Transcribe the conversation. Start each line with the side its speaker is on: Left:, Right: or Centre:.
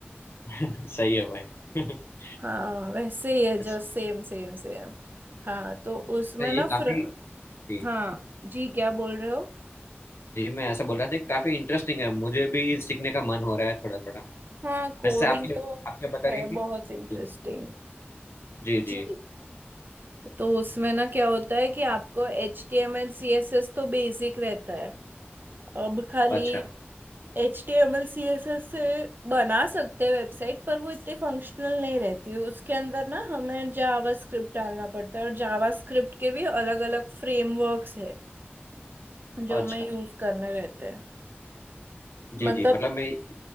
Left: <laughs> सही है भाई <laughs>
Right: हाँ वैसे ही है
Left: अच्छा
Right: जस्ट सेम सेम सेम हाँ तो उसमें
Left: ये
Right: ना फ्र...
Left: काफी जी।
Right: हाँ जी क्या बोल रहे हो
Left: जी मैं ऐसा बोल रहा था कि काफी इंटरेस्टिंग है मुझे भी सीखने का मन हो रहा है थोड़ा थोड़ा
Right: हाँ कोडिंग
Left: वैसे आपकी
Right: तो
Left: आप क्या बता
Right: है
Left: रही थी
Right: बहुत इंटरेस्टिंग
Left: जी जी
Right: जी
Left: जी।
Right: तो उसमें ना क्या होता है कि आपको H T M L C S S तो बेसिक रहता है अब खाली
Left: अच्छा
Right: एच टी एम एल सी एस एस से बना सकते हैं वेबसाइट पर वो इतनी फंक्शनल नहीं रहती उसके अंदर ना हमें जावा स्क्रिप्ट डालना पड़ता है और जावा स्क्रिप्ट के भी अलग अलग फ्रेमवर्क्स है जो
Left: अच्छा
Right: हमें यूज करने रहते हैं
Left: जी
Right: मतलब
Left: जी मतलब मैं